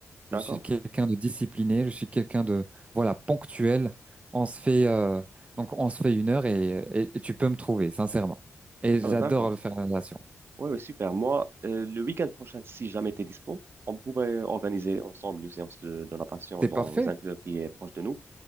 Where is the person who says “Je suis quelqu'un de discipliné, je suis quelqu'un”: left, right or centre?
Right